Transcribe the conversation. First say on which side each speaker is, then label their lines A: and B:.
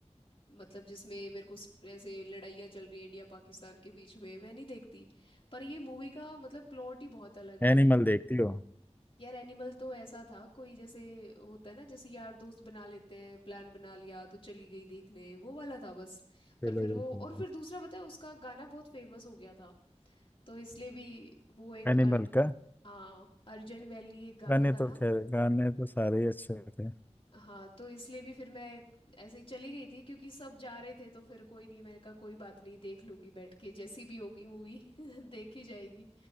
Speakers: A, on the left (about 50°); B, on the left (about 15°).
A: मतलब जिसमें मेरे को स्ट- ऐसे लड़ाइयाँ चल रही हैं इंडिया पाकिस्तान के बीच में मैं नहीं देखती पर ये मूवी का मतलब प्लॉट ही बहुत अलग है
B: एनिमल देखती हो
A: यार एनिमल तो ऐसा था कोई जैसे होता है ना जैसे यार दोस्त बना लेते हैं प्लान बना लिया तो चली गई देखने वो वाला था बस
B: चलो
A: पर फिर
B: वो
A: वो
B: तो
A: और फिर दूसरा पता है उसका गाना बहुत फेमस हो गया था तो इसलिए भी वो एक
B: एनिमल का
A: हाँ अर्जेंट वैली एक गाना
B: गाने
A: था
B: तो
A: ना
B: खैर गाने तो सारे ही अच्छे थे
A: हाँ तो इसलिए भी फिर मैं ऐसे ही चली गई थी क्योंकि सब जा रहे थे तो फिर कोई नहीं मैंने कहा कोई बात नहीं देख लूंगी बैठ के जैसी भी होगी मूवी <laughs> देखी जाएगी